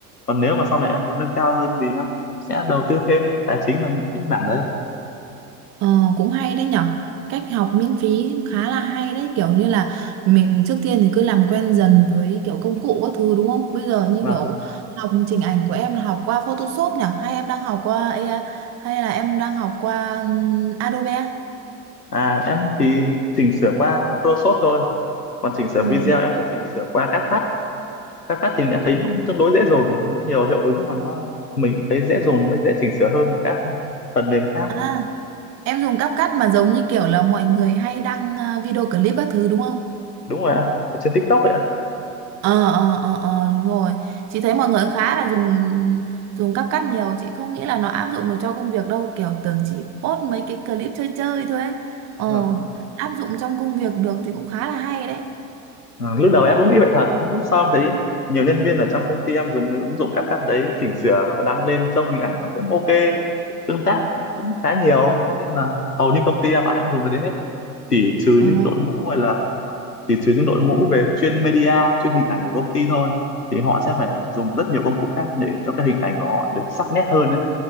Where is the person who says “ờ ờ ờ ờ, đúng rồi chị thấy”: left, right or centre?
Right